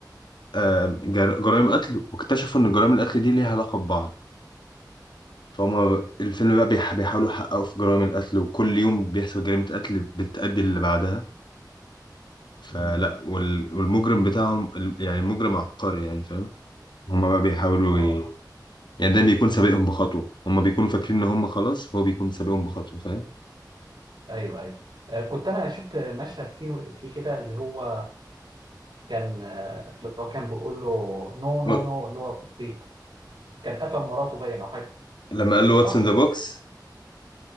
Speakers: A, on the left; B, on the right.
A: آه، جر- جرائم قتل واكتشفوا ان جرائم القتل دي ليها علاقه ببعض فهم الفيلم بقى بيح- بيحاولوا يحققوا في جرائم القتل وكل يوم بيحصل جريمه قتل بتأدي اللي بعدها فلا
B: امم
A: وال- والمجرم بتاعهم ال- يعني المجرم عبقري يعني فاهم هما بقى بيحاولوا
B: اه
A: يعني ده بيكون سابقهم بخطوة هما بيكونوا فاكرين إن هما خلاص هو بيكون سابقهم بخطوة فاهم
B: ايوه ايوه آه، كنت انا شفت مشهد فيه في كده اللي هو كان آه، اللي هو كان بيقول له نو نو
A: و-
B: نو اللي هو بيت كان قتل مراته باين او حاجه
A: لما
B: زي
A: قال
B: كده
A: له واتس
B: صح؟
A: ان ذا بوكس